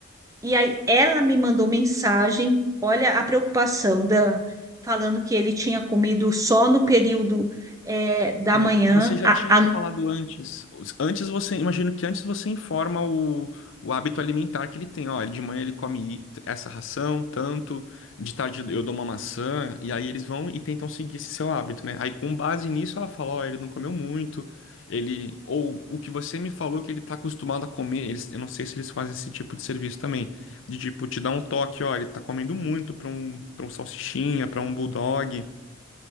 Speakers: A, on the right; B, on the left.
A: E aí ela me mandou mensagem, olha a preocupação, Dan, falando que ele tinha comido só no período é, da
B: Mas
A: manhã.
B: você já
A: A-
B: tinha
A: a-
B: falado antes. Os- Antes você, imagino que antes você informa o, o hábito alimentar que ele tem. Ó, de manhã ele come essa ração, tanto, de tarde eu dou uma maçã, e aí eles vão e tentam seguir esse seu hábito, né? Aí com base nisso ela fala, ó, ele não comeu muito, ele. Ou o que você me falou que ele tá acostumado a comer, eles, eu não sei se eles fazem esse tipo de serviço também. De tipo, te dar um toque, ó, ele tá comendo muito pra um, pra um salsichinha, pra um bulldog.